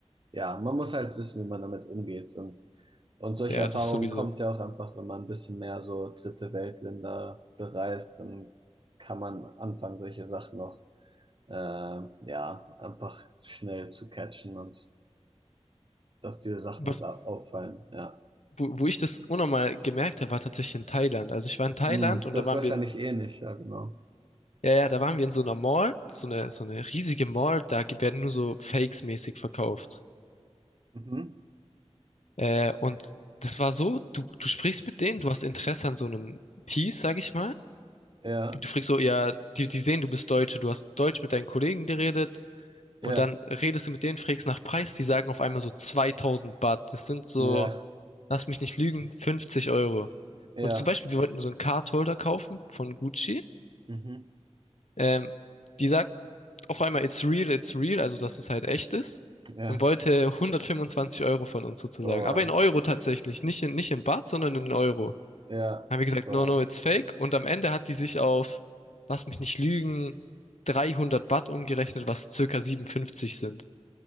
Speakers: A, on the right (about 45°); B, on the left (about 80°).
A: ja, man muss halt wissen, wie man damit umgeht. Und, und solche
B: Ja,
A: Erfahrungen
B: das sowieso.
A: kommt ja auch einfach, wenn man ein bisschen mehr so dritte Weltländer bereist, dann kann man anfangen, solche Sachen auch, äh, ja, einfach schnell zu catchen und dass diese Sachen
B: Was,
A: halt da auffallen. Ja,
B: wo, wo ich das unnormal gemerkt habe, war tatsächlich in Thailand. Also ich war in Thailand
A: Hm,
B: und
A: das
B: da waren
A: ist wahrscheinlich
B: wir in,
A: ähnlich, ja, genau.
B: ja, ja, da waren wir in so einer Mall, so eine, so eine riesige Mall, da ge- werden nur so Fakes mäßig verkauft.
A: Mhm.
B: Äh, und das war so, du, du sprichst mit denen, du hast Interesse an so einem Piece, sag ich mal.
A: Ja,
B: Und Du fragst so, ja, die, die sehen, du bist Deutsche, du hast Deutsch mit deinen Kollegen geredet und
A: ja,
B: dann redest du mit denen, fragst nach Preis, die sagen auf einmal so 2000 Baht. Das sind so,
A: ja,
B: lass mich nicht lügen, 50 Euro.
A: ja,
B: Und zum Beispiel, wir wollten so einen Cardholder kaufen von Gucci.
A: mhm.
B: Ähm, die sagt auf einmal, it's real, it's real, also dass es halt echt ist.
A: Ja,
B: Und wollte 125 Euro von uns sozusagen.
A: oh,
B: Aber in Euro tatsächlich. Nicht in, nicht in Baht, sondern in Euro.
A: ja,
B: Haben wir gesagt,
A: oh,
B: no, no, it's fake. Und am Ende hat die sich auf, lass mich nicht lügen, 300 Baht umgerechnet, was circa 57 sind.